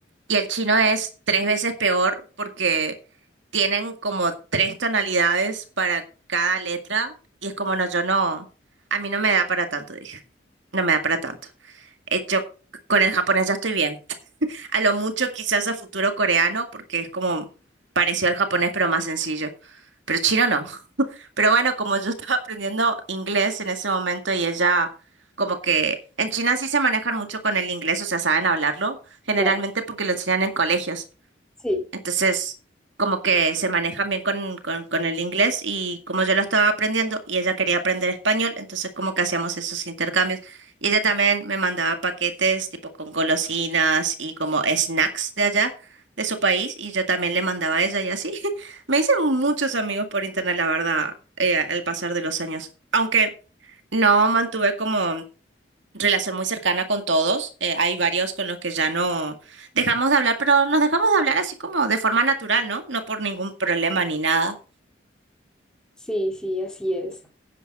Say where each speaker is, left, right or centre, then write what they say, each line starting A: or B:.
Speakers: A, on the right; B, in the centre.
A: y el chino es tres veces peor porque tienen como tres tonalidades para cada letra y es como no, yo no, a mí no me da para tanto, dije, no me da para tanto. Eh, Yo con el japonés ya estoy bien. A lo mucho quizás a futuro coreano, porque es como parecido al japonés, pero más sencillo. Pero chino no. Pero bueno, como yo estaba <laughs> aprendiendo inglés en ese momento y ella, como que en China sí se manejan mucho con el inglés, o sea, saben hablarlo, generalmente
B: Claro,
A: porque lo enseñan en colegios.
B: sí,
A: Entonces, como que se manejan bien con, con, con el inglés y como yo lo estaba aprendiendo y ella quería aprender español, entonces como que hacíamos esos intercambios. Y ella también me mandaba paquetes tipo con golosinas y como snacks de allá, de su país, y yo también le mandaba a ella y así. <laughs> Me hice muchos amigos por internet, la verdad, eh, al pasar de los años. Aunque no mantuve como relación muy cercana con todos. eh, hay varios con los que ya no dejamos de hablar, pero nos dejamos de hablar así como de forma natural, ¿no? No por ningún problema ni nada.
B: sí, sí, así es.